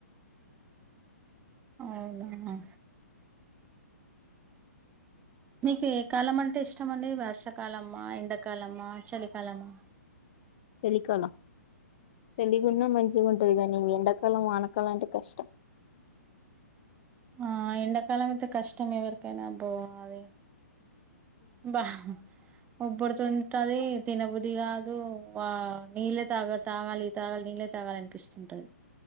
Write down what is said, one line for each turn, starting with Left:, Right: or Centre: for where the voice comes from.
Right: అవునా మీకు ఏ కాలం అంటే ఇష్టం అండి వర్షాకాలమ్మా ఎండాకాలమ్మా చలికాలమా
Left: చలిికాలం చలికున్న మంచిగా ఉంటది కానీ ఎండాకాలం వానకాలం అంటే కష్టం
Right: <inaudible> ఎండకాాలంలోతే కష్టమే ఎవరికైనా అబ్బో అది బా ఉక్క బుడుతుంటది తినబుద్ది కాదు వా నీళ్ళే తాగా తాగాలి ఈ తాగా నీళ్లె తాగాలనిపిస్తుంటది